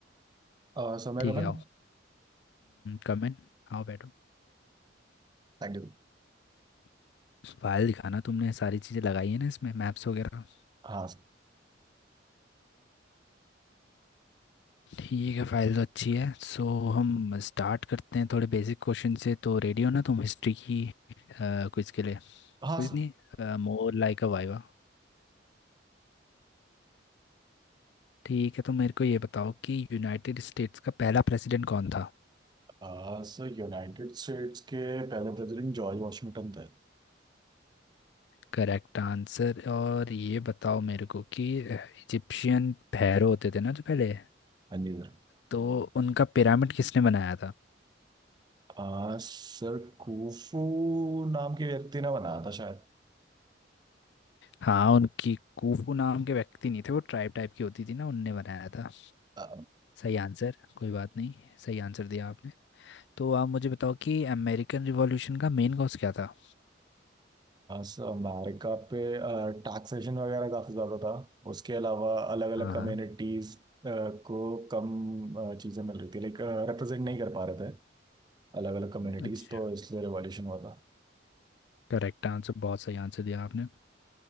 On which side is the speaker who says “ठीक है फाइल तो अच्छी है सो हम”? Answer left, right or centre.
Left